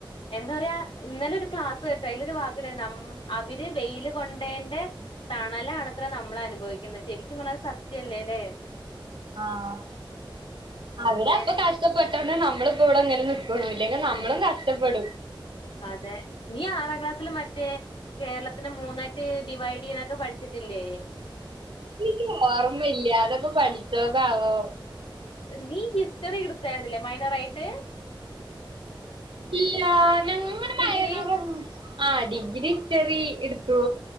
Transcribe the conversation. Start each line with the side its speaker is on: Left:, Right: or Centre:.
Left: എന്താ പറയാ ഇന്നലെ ഒരു ക്ലാസ് കേട്ട് അയിലൊരു വാക്ക്ണ്ട് <unintelligible> അവര് വെയില് കൊണ്ടേന്റെ തണലാണത്രെ നമ്മളനുഭവിക്കുന്ന ശരിക്കും പറഞ്ഞാ അത് സത്യല്ലേ
Right: ആഹ്
Left: അങ്ങനെ
Right: അവടെ അപ്പൊ കഷ് കഷ്ടപ്പെട്ടോണ്ട് നമ്മളിപ്പോ ഇവിടെ ഇങ്ങനെ നിക്കുണു ല്ലെങ്കി നമ്മളും കഷ്ടപ്പെടും
Left: അതെ നീ ആറാം ക്ലാസ്സില് മറ്റേ കേരളത്തിനെ മൂന്നായിട്ട് ഡിവൈഡെയ്യാനൊക്കെ പഠിച്ചിട്ടില്ലേ?
Right: നിക്ക് ഓർമ്മ ഇല്ല അതൊക്കെ പഠിച്ചതാവോ
Left: നീ ഹിസ്റ്ററി എടുത്തായിരുന്നല്ലേ മൈനർ ആയിട്ട്
Right: ഇല്ല ഞങ്ങ <unintelligible>
Left: ഡിഗ്രി
Right: ആ ഡിഗ്രി ഹിസ്റ്ററി എടുത്തു